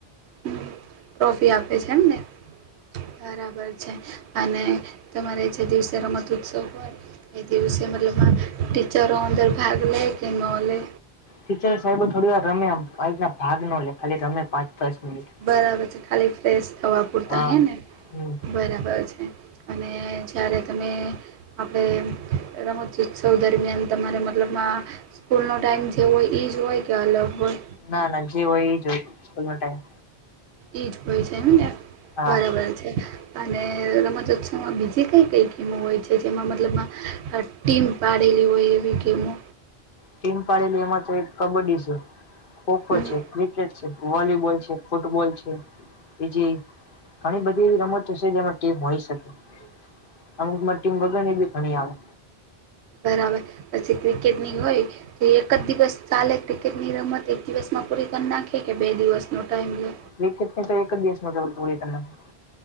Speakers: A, on the right (about 85°); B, on the left (about 60°).
A: હમ ટ્રોફી આપે છે એમને બરાબર છે અને તમારે જે દિવસે રમત ઉત્સવ હોય એ દિવસે મતલબમા ટીચરો અંદર ભાગ લે કે ન લે
B: ટીચર સાહેબો થોડી વાર રમે્યા આ રીતના ભાગ નો લે ખાલી રમે પાંચ દશ મિનિટ
A: બરાબર છે ખાલી ફ્રેશ થવા પૂરતા
B: હા
A: હે ને
B: હમ
A: બરાબર છે. અને જ્યારે તમે આપણે રમત ઉત્સવ દરમિયાન તમારે મતલબમાં સ્કૂલ નો ટાઈમ જેબો હોય ઈજ હોય કે અલગ હોય?
B: ના ના જે હોય એ જો હોય સ્કૂલ નો ટાઈમ.
A: એ જ હોય છે એમ ને
B: હા
A: બરાબર છે. અને રમતોત્સવમાં બીજી કંઈ કંઈ ગેમો હોય છે જેમાં મતલબમાં ટીમ પાડેલી હોય એવી ગેમો.
B: ટીમ પાડેલી એમાં તો એક કબડ્ડી છે ખોખો
A: હમ.
B: છે ક્રિકેટ છે વોલીબોલ છે. ફૂટબોલ છે બીજી ઘણી બધી એવી રમતો છે જેમાં ટીમ હોય શકે અમુક ટીમ વગરની બી ઘણી આવે.
A: બરાબર પછી ક્રિકેટની હોય જે એક જ દિવસ ચાલે ક્રિકેટની રમત એક દિવસમાં પૂરી કરી નાખી કે બે દિવસનો ટાઈમ લે
B: ક્રિકેટની તો એક જ દિવસમાં પૂરી કર નાંખે.